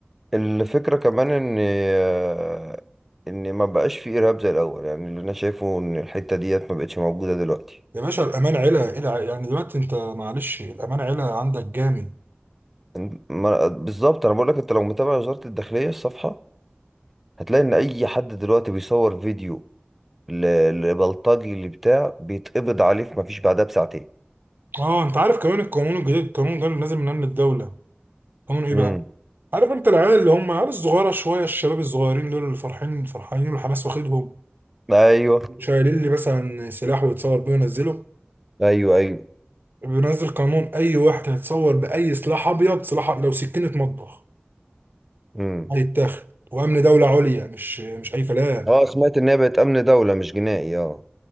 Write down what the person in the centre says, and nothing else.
الفكرة كمان إن آه، إن ما بقاش في إرهاب زي الأول يعني اللي أنا شايفه إن الحتة ديت ما بقتش موجودة دلوقتي
إن- ما- بالظبط أنا بقول لك أنت لو متابع وزارة الداخلية الصفحة هتلاقي ان اي حد دلوقتي بيصور فيديو ل- لبلطجي اللي بتاع بيتقبض عليه في مفيش بعدها بساعتين
امم
ايوه
ايوه ايوه
امم
اه سمعت ان هي بقت امن دولة مش جنائي اه